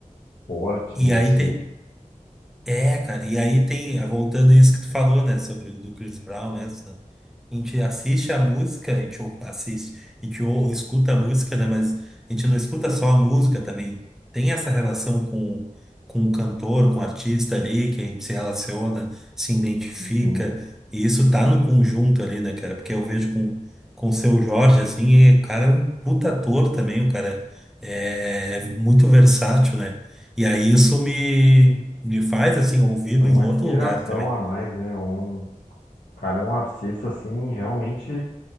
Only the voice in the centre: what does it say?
E
aí
tem, É, cara, e aí tem, voltando a isso que tu falou, né, sobre o do Chris Brown mesmo, né? A gente assiste a música, a gente ou- assiste, a gente ou, escuta a música, né, mas a gente não escuta só a música também. Tem essa relação com, com o cantor, com o artista ali, que a gente se relaciona, se identifica,
e isso tá no conjunto ali, né, cara? Porque eu vejo com, com o Seu Jorge, assim, e o cara é um puta ator também, o cara é, é muito versátil, né? E aí isso me, me faz, assim, ouvido
em outro
lugar também.